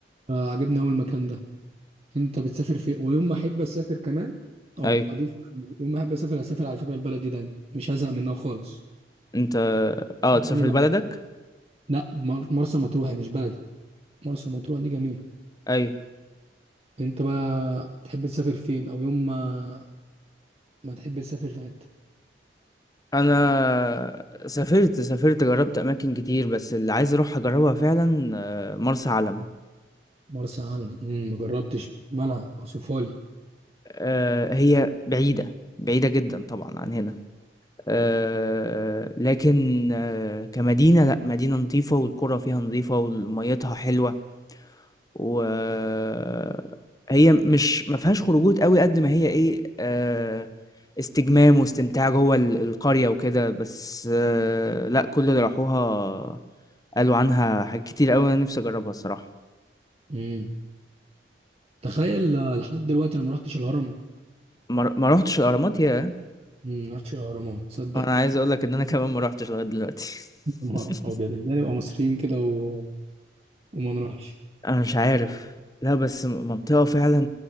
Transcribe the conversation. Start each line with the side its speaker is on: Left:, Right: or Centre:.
Right: آه عجبني أول مكان ده أنت بتسافر فين ويوم ما أحب أسافر كمان أه
Left: ايوه
Right: أضيف يوم ما أحب أسافر أسافر على فكرة البلد دي دايما مش هزهق منها خالص
Left: انت اه تسافر
Right: يعني بقى
Left: لبلدك
Right: لا مر- مرسى مطروح هي مش بلدي مرسى مطروح دي جميلة
Left: ايوه
Right: أنت بقى تحب تسافر فين أو يوم ما ما تحب تسافر في حتة
Left: انا سافرت سافرت جربت اماكن كتير بس اللي عايز اروح اجربها فعلا آه، مرسى علم
Right: مرسى علم مم، ما جربتش مالها وسفالي
Left: آه، هي بعيدة بعيدة جدا طبعا عن هنا آه، لكن آه، كمدينة لا مدينة نظيفة والقرى فيها نظيفة وميتها حلوة وهي مش ما فيهاش خروجات قوي قد ما هي ايه آه، استجمام واستمتاع جوه ال- القرية وكده بس آه، لا كل اللي راحوها قالوا عنها حاجات كتير قوي انا نفسي اجربها الصراحة
Right: مم. تخيل آه، لحد دلوقتي أنا ما رحتش الهرم
Left: ما ما روحتش الاهرامات يا
Right: مم، ما رحتش الأهرامات تصدق
Left: انا عايز اقول لك ان انا كمان ما روحتش لغاية دلوقتي
Right: يا نهار
Left: <laughs>
Right: أبيض إزاي نبقى مصريين كده و... وما نروحش
Left: انا مش عارف لا بس م- منطقة فعلا